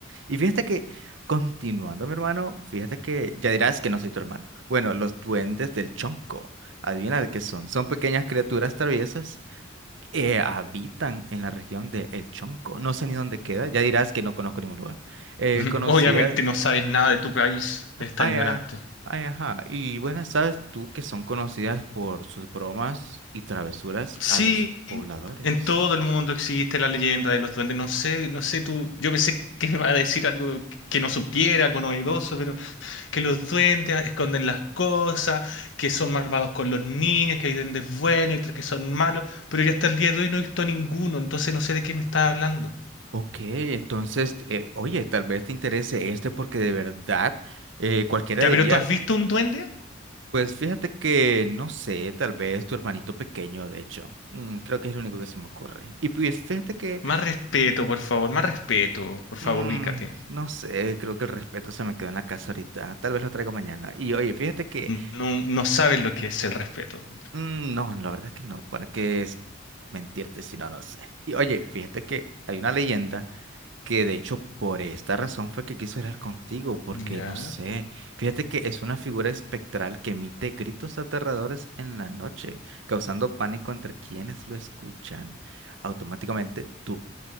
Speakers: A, on the right; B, on the left.
A: Y fíjate que, continuando, mi hermano, fíjate que ya dirás que no soy tu hermano. Bueno, los duendes del Chonco, adivina de qué son. Son pequeñas criaturas traviesas que habitan en la región de El Chonco. No sé ni dónde queda, ya dirás que no conozco ningún lugar. Eh,
B: <laughs>
A: conocidas
B: Obviamente no sabes nada de tu país, eres tan
A: Ay,
B: ignorante.
A: ah, ay, ajá. Y buenas, sabes tú que son conocidas por sus bromas y travesuras
B: Sí,
A: a los pobladores.
B: en todo el mundo existe la leyenda de los duendes. No sé, no sé tú. Yo pensé que me iba a decir algo que no supiera, algo novedoso, pero que los duendes esconden las cosas, que son malvados con los niños, que hay duendes buenos y otros que son malos. Pero yo hasta el día de hoy no he visto ninguno, entonces no sé de qué me estás hablando.
A: Ok, entonces, eh, oye, tal vez te interese este porque de verdad eh, cualquiera
B: Ya,
A: diría,
B: pero ¿tú has visto un duende?
A: pues fíjate que, no sé, tal vez tu hermanito pequeño, de hecho, Mm, creo que es lo único que se me ocurre. Y pues fíjate que,
B: Más respeto, por favor, más respeto. Por favor,
A: mm,
B: ubícate.
A: no sé, creo que el respeto se me quedó en la casa ahorita, tal vez lo traigo mañana. Y oye, fíjate que...
B: No, no sabes lo que es el respeto. ¿no?
A: Mm, No, la verdad es que no, ¿para qué es mentirte si no lo sé? Y oye, fíjate que hay una leyenda que de hecho por esta razón fue que quiso hablar contigo, porque
B: ¿Ya?
A: no sé, fíjate que es una figura espectral que emite gritos aterradores en la noche, causando pánico entre quienes lo escuchan. Automáticamente tú,